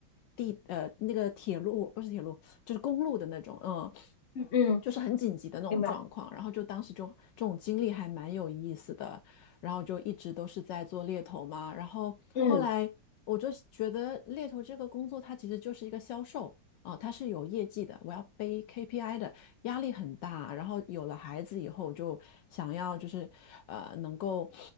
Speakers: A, on the left; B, on the left.
A: 地呃那个铁路不是铁路就是公路的那种，嗯，
B: 嗯嗯
A: 就是很紧急的那种状况。
B: 明白。
A: 然后就当时就这种经历还蛮有意思的，然后就一直都是在做猎头嘛。然后后来我就觉得猎头这个工作它其实就是一个销售。
B: 嗯
A: 哦，他是有业绩的，我要背 KPI 的，压力很大。然后有了孩子以后，就想要就是呃能够